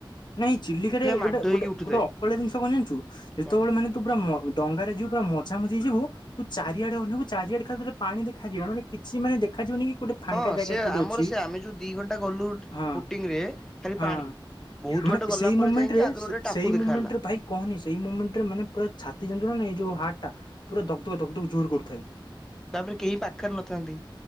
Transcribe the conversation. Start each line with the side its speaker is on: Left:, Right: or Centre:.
Left: ନାଇଁ ଚିଲିକାରେ ଗୋଟେ
Centre: ମାଡ଼
Left: ଗୋଟେ
Centre: ହେଇକି ଉଠୁଥାଏ
Left: ଗୋଟେ ଅକଳିଆ ଜିନିଷ କ ଜାଣିଚୁ ଯେତେବଳେ
Centre: କଣ?
Left: ମାନେ ତୁ ପୁରା ଡ଼ଙ୍ଗାରେ ଯିବୁ ପୁରା ମଜାମଜି କି ଯିବୁ ତୁ ଚାରିଆଡେ ଅନେଇବୁ ଚାରିଆଡେ ଖାଲି ତତେ ପାଣି ଦେଖାଯିବ ମାନେ କିଛି ମାନେ ଦେଖାଯିବନି କି ଗୋଟେ ଫାଙ୍କା
Centre: ହଁ
Left: ଜାଗା
Centre: ସେ
Left: କୋଉଠି
Centre: ଆମର
Left: ଅଛି
Centre: ସେ ଆମେ ଯୋଉ ଦି ଘଣ୍ଟା ଗଲୁ
Left: ହଁ
Centre: ବୋଟିଂ ରେ ଖାଲି
Left: ହଁ
Centre: ପାଣି। ବହୁତ
Left: ମାନେ
Centre: ବାଟ ଗଲା
Left: ସେଇ
Centre: ପରେ
Left: ମୁମେଣ୍ଟରେ
Centre: ଯାଇକି ଆଗରେ ଗୋଟେ ଟାପୁ
Left: ସେଇ
Centre: ଦେଖାହେଲା।
Left: ମୁମେଣ୍ଟରେ ଭାଇ କହନି ସେଇ ମୁମେଣ୍ଟରେ ମାନେ ପୁରା ଛାତି ଜାଣିଚୁ ନା ନାଇଁ ଯୋଉ ହାର୍ଟଟା ପୁରା ଦକ୍ ଦକ୍ ଦକ୍ ଦକ ଜୋର କରୁଥାଏ।
Centre: ହୁଁ ତାପରେ କେହି ପାଖରେ ନଥାନ୍ତି।